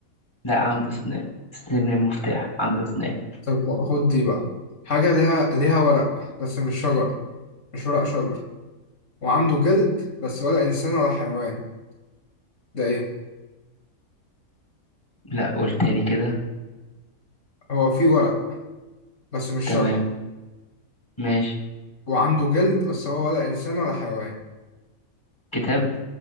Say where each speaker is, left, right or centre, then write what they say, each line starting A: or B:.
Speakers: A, on the left; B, on the left.
A: لا عنده أسنان أسنان المفتاح عنده أسنان
B: طب خد دي بقى حاجة ليها ليها ورق بس مش شجرة مش ورق شجر وعنده جلد بس ولا إنسان ولا حيوان ده إيه؟
A: لا قول تاني كده
B: هو فيه ورق بس مش
A: تمام
B: شجرة
A: ماشي
B: وعنده جلد بس هو ولا إنسان ولا حيوان
A: كتاب